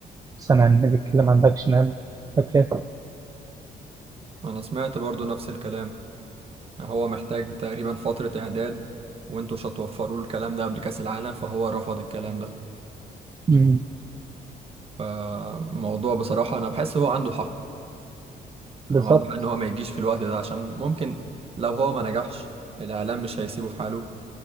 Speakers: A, on the right (about 20°); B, on the right (about 35°).
A: سامع إن بيتكلم عن باك شمال باك ليفت.
B: أنا سمعت برضه نفس الكلام هو محتاج تقريبا فترة إعداد وانتوا مش هتوفروا له الكلام ده قبل كأس العالم فهو رفض الكلام ده
A: أمم،
B: فموضوع بصراحة أنا بحس هو عنده حق
A: بالظبط
B: واضح ان هو ما يجيش في الوقت ده عشان ممكن لو هو ما نجحش الاعلام مش هيسيبه في حاله